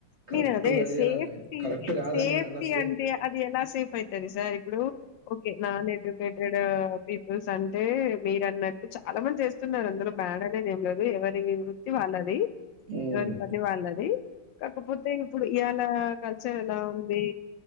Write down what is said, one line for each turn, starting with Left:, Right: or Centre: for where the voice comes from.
Right: కరెక్ట్
Left: నేను అదే
Right: అది
Left: సేఫ్టీ
Right: అని అనలే కరెక్ట్ కాదని
Left: సేఫ్టీ
Right: నేను అన్నా
Left: అంటే అది ఎలా సేఫ్ అయితది సార్ ఇప్పుడు ఓకే నా నెగిటివ్ పెట్టడా పీపుల్స్ అండ్ టే మీరు అన్నట్టు చాలా మంది చేస్తున్నారు అందులో బ్యాడ్ అనేది ఏం లేదు ఎవరి వృత్తి వాళ్ళది
Right: హ్మ్.
Left: ఏవరి పని వాళ్ళది కాకపోతే ఇప్పుడు ఈయాల కల్చర్ ఎలా ఉంది